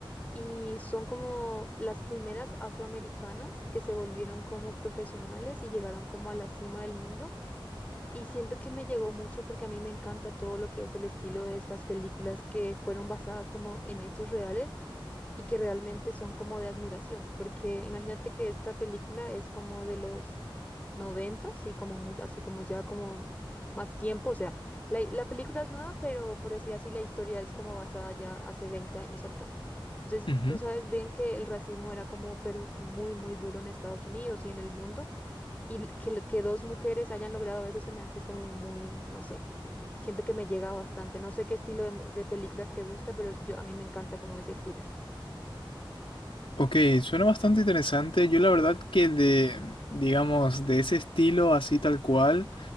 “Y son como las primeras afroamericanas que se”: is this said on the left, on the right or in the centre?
Left